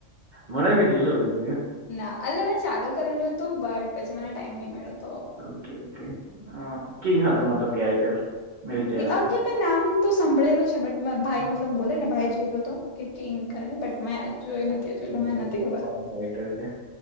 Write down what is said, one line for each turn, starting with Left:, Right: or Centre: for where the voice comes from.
Right: મને કે જેયલું તો છે ત્યાં.
Left: ના અલે મેં ચાલુ કરેલું હતું બટ પછી મને ટાઈમ નહી મળ્યો. તો
Right: ઓકે ઓકે અહ કિંગ હતા મતલબ કેરેક્ટર. મેં
Left: ઓકે
Right: વિચાર્યું
Left: ઓકે
Right: હતું
Left: મેં નામ તો સંભળેલું છે બટ ભાઈ
Right: હા
Left: મતલબ બોલે ને ભાઈ જોયેલું તો. કેકિંગ કરી બટ મેં જોય ન તેજ
Right: ટીંકર
Left: કેને નથી
Right: છે,
Left: ખબર.
Right: બાર કેરેક્ટર છે